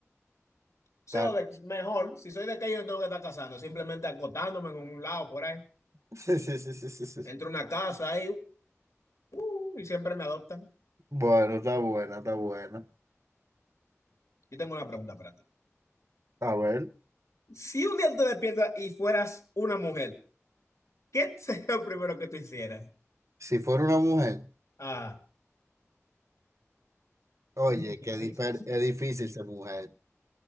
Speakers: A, on the left; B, on the right.
A: sea
B: tal.
A: de- mejor, si soy de que yo no tengo que estar casando, simplemente acotándome en un lado por ahí.
B: <laughs> Sí, sí, sí, sí, sí, sí.
A: Entro a una casa ahí, uh, y siempre me adoptan.
B: Bueno, está buena, está buena.
A: Yo tengo una pregunta para ti.
B: A ver,
A: Si un día tú te despiertas y fueras una mujer, ¿qué <laughs> sería lo primero que tú hicieras?
B: si fuera una mujer,
A: Ah.
B: oye,
A: <laughs>
B: que difer- es difícil ser mujer,